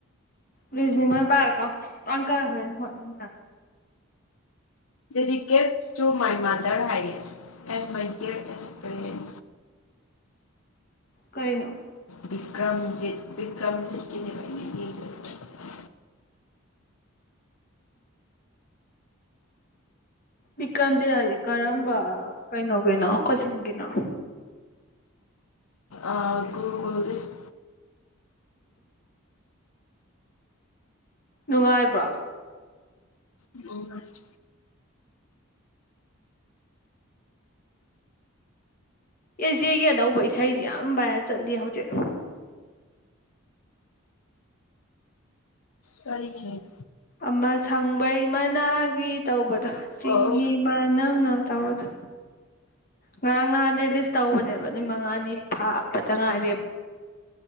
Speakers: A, on the left; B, on the left.
A: ꯔꯤꯖꯤꯅꯤꯡ ꯑꯣꯏꯅ ꯄꯥ <unintelligible> ꯀ ꯍꯣꯏ ꯍꯣꯏ <unintelligible>
B: ꯗꯦꯗꯤꯀꯦꯠ ꯇꯨ ꯃꯥꯏ ꯃꯥꯗꯔ ꯍꯥꯏꯌꯦ ꯑꯦꯟ ꯃꯥꯏ ꯗꯤꯌꯔ ꯑꯦꯁꯄꯔꯦꯟ
A: ꯀꯩꯅꯣ
B: ꯕꯤꯀ꯭ꯔꯝꯖꯤꯠ ꯕꯤꯀ꯭ꯔꯝꯖꯤꯠꯀꯤꯅꯦ ꯌꯦ <unintelligible>
A: ꯕꯤꯀ꯭ꯔꯝꯖꯤꯠ ꯍꯥꯏꯁꯦ ꯀꯔꯝꯕ ꯀꯩꯅꯣꯒꯤꯅꯣ ꯀꯣꯆꯤꯟꯒꯤꯅꯣ
B: ꯑꯥ ꯒꯨꯔꯨꯒꯣꯜꯗꯦ <unintelligible>
A: ꯅꯨꯡꯉꯥꯏꯕ꯭ꯔꯣ
B: ꯅꯨꯡꯉꯥꯏ <unintelligible>
A: ꯑꯦꯖꯦꯒꯤ ꯑꯅꯧꯕ ꯏꯁꯩꯖꯤ ꯌꯥꯝ ꯚꯥꯏꯔꯦꯜ ꯆꯠꯂꯤ ꯍꯧꯖꯤꯛ
B: ꯀꯔꯤꯁ <unintelligible>
A: ꯑꯃ ꯁꯪꯕ꯭ꯔꯩ ꯃꯅꯥꯒꯤ ꯇꯧꯕ ꯆꯤꯡꯍꯤ
B: ꯑꯣ
A: ꯃꯥꯅꯝꯅꯥ ꯇꯧꯕꯗꯣ ꯉꯔꯥꯡ ꯅꯍꯥꯟ ꯔꯤꯂꯤꯁ ꯇꯧꯕꯅꯦꯕ ꯅꯨꯃꯤꯠ ꯃꯉꯥꯅꯤ ꯐꯥꯕ ꯄꯇ
B: ꯎꯝ
A: ꯉꯥꯏꯔꯦ